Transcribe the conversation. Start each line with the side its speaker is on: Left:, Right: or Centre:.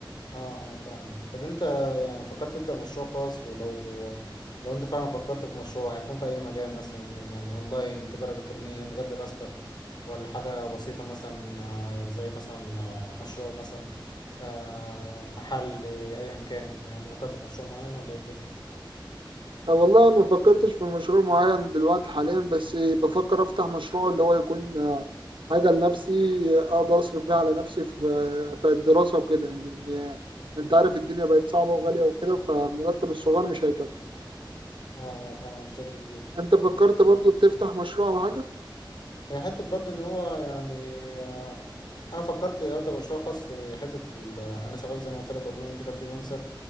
Left: اه اه فاهم طب انت يعني فكرت تبدأ مشروع خاص ولو لو انت فعلا فكرت في مشروع هيكون في اي مجال مثلا يعني اونلاين تجارة الكترونية مجال دراستك ولا حاجة بسيطة مثلا آه، زي مثلا آه، مشروع مثلا آه، محل آه، ايا كان يعني انت فكرت في مشروع معين ولا ايه الدنيا؟
Right: أه والله أنا ما فكرتش في مشروع معين دلوقتي حاليا بس بفكر أفتح مشروع اللي هو يكون آه، حاجة لنفسي آه، أقدر أصرف بيها على نفسي في في الدراسة وكده لأن آه،
Left: مم.
Right: أنت عارف الدنيا بقت صعبة وغالية وكده فالمرتب الصغير مش هيكفي
Left: اه اه فاهم بشكل كبير
Right: أنت فكرت برضو تفتح مشروع أو حاجة
Left: هي حتة برضو ان هو يعني آه، انا فكرت ابدا مشروع خاص في حتة ال- انا شغال زي ما قلت لك اونلاين كده فريلانسر